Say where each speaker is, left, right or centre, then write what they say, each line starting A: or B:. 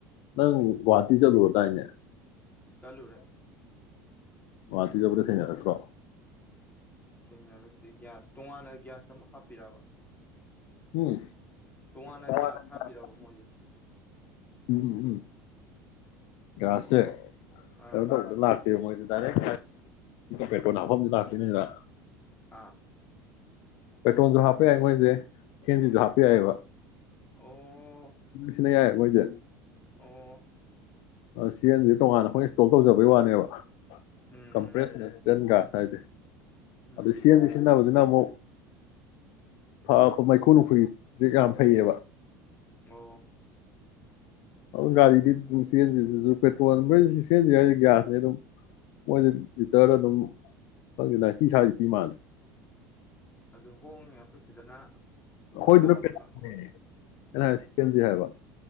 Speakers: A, on the left (about 60°); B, on the left (about 15°).
A: ꯅꯪ ꯒꯨꯍꯥꯇꯤ ꯆꯠꯂꯨꯔꯗꯥꯏꯅꯦ
B: ꯆꯠꯂꯨ ꯔꯦ
A: ꯒꯨꯍꯥꯇꯤ ꯆꯠꯄꯗ ꯊꯦꯡꯅꯔꯛꯇ꯭ꯔꯣ
B: ꯊꯦꯡꯅꯔꯛ ꯒꯤ꯭ꯌꯥꯁ ꯇꯣꯉꯥꯟꯅ ꯒꯤꯒ꯭ꯌꯥꯁ ꯑꯃ ꯍꯥꯞꯄꯤꯔꯕ
A: ꯎꯝꯝ
B: ꯇꯣꯉꯥꯟꯅ
A: ꯇꯣꯡꯉꯥꯟꯅ ꯒ꯭ꯌꯥꯁ
B: ꯍꯥꯞꯄꯤꯔꯕ ꯃꯣꯏꯁꯦ
A: ꯎꯝ ꯎꯝ ꯎꯝ ꯒ꯭ꯌꯥꯁ
B: ꯑꯣ
A: ꯁꯦ
B: ꯑꯥ
A: ꯀꯩꯅꯣ ꯇꯧꯕꯗ ꯂꯥꯛ ꯃꯣꯏ ꯗꯥꯏꯔꯦꯛ ꯄꯦꯇ꯭ꯔꯣꯜ ꯍꯥꯞꯐꯝꯁꯨ ꯂꯥꯛꯇꯣꯏꯅꯤꯗ
B: ꯑꯥ
A: ꯄꯦꯇ꯭ꯔꯣꯜꯁꯨ ꯍꯥꯄꯦ ꯌꯥꯏ ꯃꯣꯏꯁꯦ ꯁꯤꯑꯦꯟꯖꯤ ꯁꯨ ꯍꯥꯞꯄ ꯌꯥꯏꯑꯦꯕ
B: ꯑꯣ
A: ꯁꯤꯅ ꯌꯥꯏ ꯃꯣꯏꯁꯦ
B: ꯑꯣ
A: ꯁꯤꯑꯦꯟꯖꯤ ꯇꯣꯉꯥꯟꯅ ꯑꯩꯈꯣꯏ ꯏꯟꯁꯇꯣꯜ ꯇꯧꯖꯕꯒꯤ ꯋꯥꯅꯦꯕ
B: ꯎꯝ
A: ꯀꯝꯄ꯭ꯔꯦꯁ
B: ꯎꯝ
A: ꯅꯦꯆꯔꯔꯦꯜ ꯒ꯭ꯌꯥꯁ ꯊꯥꯏꯖꯦ
B: ꯎꯝ
A: ꯑꯗꯨ ꯁꯤꯑꯦꯟꯖꯤ ꯁꯤꯖꯤꯟꯅꯕꯗꯨ ꯑꯗꯨꯅꯃꯨꯛ ꯐ ꯃꯩꯈꯨ ꯃꯈꯨꯏ ꯖꯤꯛꯌꯥꯝ ꯐꯩꯌ‌ꯦꯕ꯫
B: ꯑꯣ꯫
A: ꯑꯗꯨ ꯒꯥꯔꯤꯗꯤ ꯑꯗꯨꯝ ꯆꯦꯟꯗꯁꯨ ꯄꯦꯇ꯭ꯔꯣꯜ ꯃꯣꯏ ꯆꯦꯟꯗ꯭ꯔꯤ ꯍꯥꯏꯗꯤ ꯒ꯭ꯌꯥꯁꯅꯤ ꯑꯗꯨꯝ ꯃꯣꯏꯗꯤ ꯂꯤꯇꯔ ꯑꯗꯨꯝ ꯈꯪꯗꯦ ꯅꯥꯏꯇꯤ ꯁꯋꯥꯁꯤ ꯄꯤ ꯃꯥꯂꯦ꯫
B: ꯑꯗꯨ ꯍꯣꯡꯉꯦ ꯑꯩꯈꯣꯏ ꯁꯤꯗꯅ꯫ ꯂꯨꯄꯥ
A: ꯍꯣꯏꯗꯨꯅ
B: ꯆꯥꯝꯃꯒ
A: ꯄ‌ꯦꯅ‌ꯦ꯫
B: ꯀꯨꯟ
A: ꯑꯩꯅ ꯍꯥꯏꯖꯤ ꯁꯤꯑꯦꯝꯖꯤ ꯍꯥꯏꯕ꯫